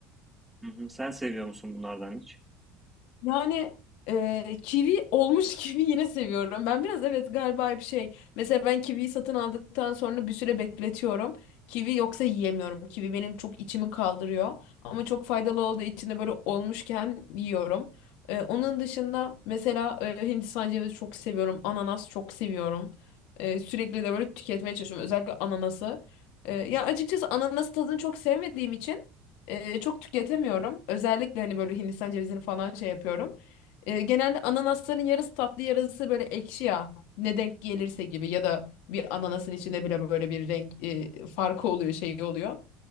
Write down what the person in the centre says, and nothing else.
Hı hı. Sen seviyor musun bunlardan hiç?